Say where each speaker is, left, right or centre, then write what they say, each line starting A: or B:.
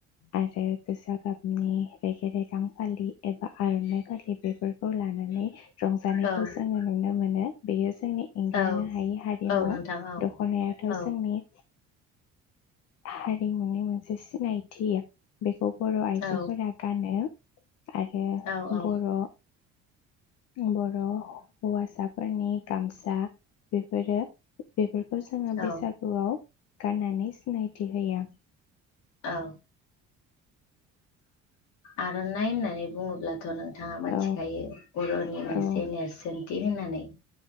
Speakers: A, on the left; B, on the left.
A: आरो गोजा गाबनि रेगे रेगां फालि एबा आर'नाइ फालि बेफोरखौ लानानै रंजानायखौ
B: औ
A: जोङो नुनो मोनो बियो जों जोंनि एंगारनो
B: औ
A: हायै हारिमु
B: औ नोंथां औ
A: दख नायाथ'
B: औ
A: जोंनि हारिमुनि मोनसे सिनायथि बेखौ बर' आइजोफोरा
B: औ
A: गानो आरो
B: औ औ
A: बर' बर' हौवासाफोरनि गामसा बेफोरो बेफोर बेफोर जोङो
B: औ
A: बैसागुआव गाननानै सिनायथि होयो
B: औ आर'नाय होननानै बुङोब्ला थ' नोंथाङा मिथिखायो
A: औ
B: बर' नि मोनसे
A: औ
B: नेरसोन थि होननानै